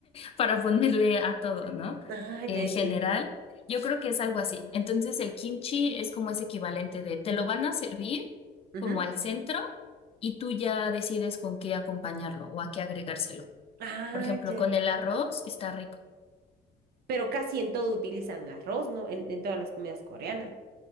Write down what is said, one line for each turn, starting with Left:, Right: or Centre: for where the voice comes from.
Left: para ponerle a todo, ¿no?
Right: Ah,
Left: En
Right: ya, ya.
Left: general,
Right: ya.
Left: yo creo que es algo así. Entonces, el kimchi es como ese equivalente de te lo van a servir
Right: Ujú.
Left: como al centro y tú ya decides con qué acompañarlo o a qué agregárselo.
Right: Ah,
Left: Por ejemplo,
Right: ya.
Left: con
Right: ya.
Left: el arroz está rico.
Right: Pero casi en todo utilizan arroz, ¿no? En, en todas las comidas coreanas.